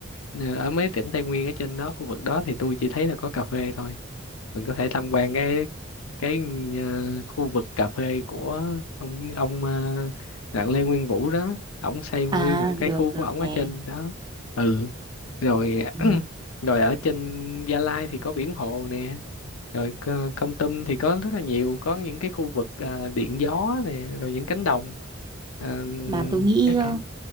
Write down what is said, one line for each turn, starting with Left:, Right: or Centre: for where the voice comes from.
Left: ờ, ở mấy tỉnh Tây Nguyên ở trên đó khu vực đó thì tôi chỉ thấy là có cà phê thôi mình có thể tham quan cái cái ờ, khu vực cà phê của ông ông ờ, Đặng Lê Nguyên Vũ đó ổng xây nguyên
Right: à
Left: một cái
Right: được
Left: khu của
Right: được
Left: ổng
Right: nè
Left: ở trên đó ừ rồi
Right: ừ.
Left: <clears throat> rồi ở trên Gia Lai thì có biển hồ nè rồi co- Kon Tum thì có rất là nhiều có những cái khu vực ờ, điện gió nè rồi những cánh đồng ờ,
Right: mà tôi nghĩ
Left: các
Right: ờ,
Left: kiểu